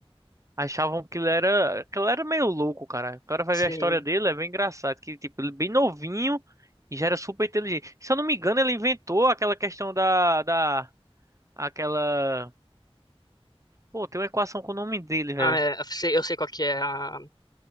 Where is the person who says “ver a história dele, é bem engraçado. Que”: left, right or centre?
Right